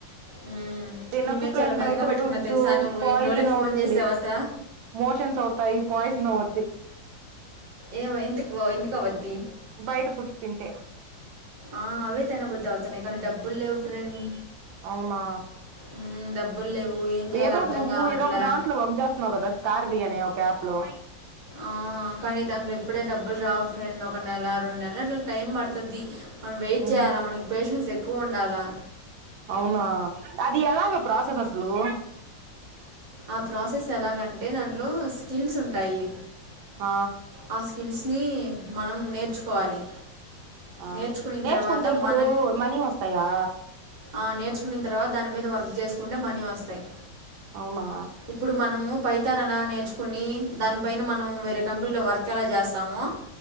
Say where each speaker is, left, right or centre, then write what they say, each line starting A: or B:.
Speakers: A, on the right; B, on the right.
A: మ్మ్.
B: తినక
A: నీ మీద
B: ఫ్రెండ్
A: చాలా బెంగ
B: బయట
A: పెట్టుకున్నా
B: ఫుడ్స్
A: తెలుసా నువ్వు
B: పాయిజన్
A: ఎన్ని రోజులకి
B: అవుతుంది.
A: ఫోన్ చేసే అవసరా
B: మోషన్స్ అవుతాయి పాయిజన్ అవుద్ది.
A: ఏమో ఎందుకు ఎందుకు అవద్ది.
B: బైట ఫుడ్స్ తింటే
A: ఆ అవే తినబుద్ధి అవుతున్నాయి కానీ డబ్బులు లేవు ఫ్రెండ్.
B: అవునా
A: మ్మ్, డబ్బులు లేవు ఏం చేయాలో
B: ఏదో ఒకటి
A: అర్థం
B: నువ్వు
A: కావట్లే
B: ఏదో ఒక దాంట్లో వర్క్ చేస్ తన్నావు కదా స్కార్వీ అనే ఒక ఆప్ లో.
A: ఆ కానీ దాంట్లో ఇప్పుడే డబ్బులు రావు ఫ్రెండ్ ఒక నెల రెండు నెల్లు అట్లా టైం పడుతది. మనం వెయిట్
B: ఉ
A: చేయాల మనకి పేషెన్స్ ఎక్కువ ఉండాలా.
B: అవునా అది ఎలాగ ప్రాసెస్ అసలు.
A: ఆ ప్రాసెస్ ఎలాగంటే దాంట్లో స్కిల్స్ ఉంటాయి.
B: ఆ
A: ఆ స్కిల్స్ ని మనం నేర్చుకోవాలి
B: ఆ
A: నేర్చుకునిన
B: నేర్చుకుంటే
A: తర్వాత
B: ఇప్పుడు
A: మన
B: మనీ వస్తాయా
A: ఆ నేర్చుకునిన్ తర్వాత దాని మీద వర్క్ చేసుకుంటే మనీ వస్తాయి
B: అవునా
A: ఇప్పుడు మనము పైతాన్ అలా నేర్చుకుని దానిపైన మనం వేరే కంపెనీలో వర్క్ ఎలా చేస్తామో